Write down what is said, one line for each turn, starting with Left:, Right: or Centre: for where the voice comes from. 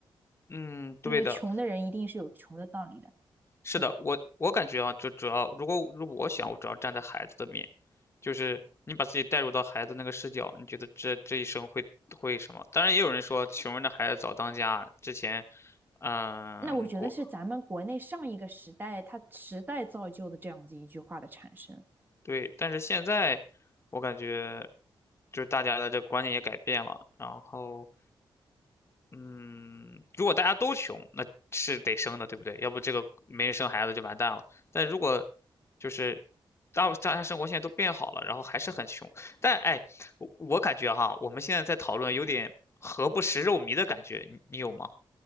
Left: 嗯，对的。
Right: 因为穷的人一定是有穷的道理的，
Left: 是的，
Right: 对吧？
Left: 我我感觉啊，就主要如果如果我想，我主要站在孩子的面，就是你把自己带入到孩子那个视角，你觉得这这一生会会什么？当然，也有人说穷人的孩子早当家，之前嗯过
Right: 那我觉得是咱们国内上一个时代，它时代造就的这样子一句话的产生。
Left: 对，但是现在我感觉就是大家的这个观念也改变了，然后嗯，如果大家都穷，那是得生的，对不对？要不这个没人生孩子就完蛋了。但如果就是大大家生活现在都变好了，然后还是很穷，但哎，我我感觉哈，我们现在在讨论有点何不食肉糜的感觉，你你有吗？